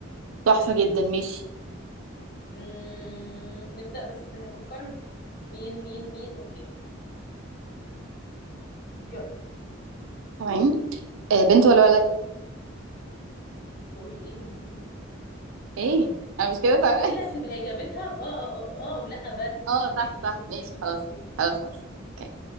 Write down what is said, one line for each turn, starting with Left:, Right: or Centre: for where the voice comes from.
Right: تحفة جدا ماشي
Left: أمم، نبدأ بس استني افكر مين مين مين اوكي يلا
Right: تمام آه بنت ولا ولد
Left: بقول ايه ودي بتقول ايه
Right: ايه انا مش كده
Left: أسئلة
Right: تمام
Left: تبقى اجابتها بآه او اه او أو, أو لا بس
Right: <laughs> اه صح
Left: يعني مش
Right: صح ماشي خلاص
Left: اوكي
Right: خلاص خلاص اوكي